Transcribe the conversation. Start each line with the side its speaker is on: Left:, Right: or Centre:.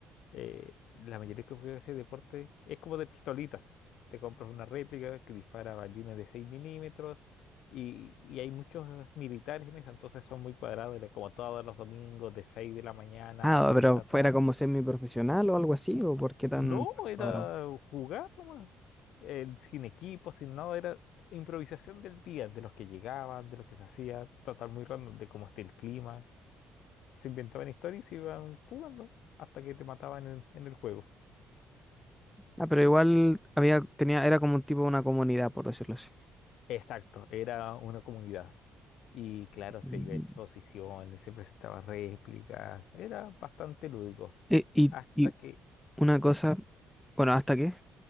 Left: eh, la mayoría que juega ese deporte es como de pistolitas. Te compras una réplica que dispara balines de 6 milímetros y, y hay muchos militares en eso, entonces son muy cuadrados, era como todos los domingos de 6 de la mañana
Centre: Ah,
Left: a 2
Centre: pero
Left: de la tarde.
Centre: fuera como semiprofesional o algo así, ¿o por qué tan
Left: No,
Centre: tan
Left: era
Centre: cuadrado?
Left: jugar nomás, eh, sin equipo, sin nada, era improvisación del día, de los que llegaban, de los que se hacía, total muy random, de cómo esté el clima. se inventaban historias y iban jugando hasta que te mataban en, en el juego.
Centre: Ah, pero igual había, tenía, era como un tipo de una comunidad, por decirlo así.
Left: Exacto, era una comunidad. Y claro, se
Centre: Mm.
Left: iba a exposiciones, se presentaban réplicas, era bastante lúdico.
Centre: E- Y,
Left: Hasta
Centre: y
Left: que,
Centre: una cosa, bueno, ¿hasta qué?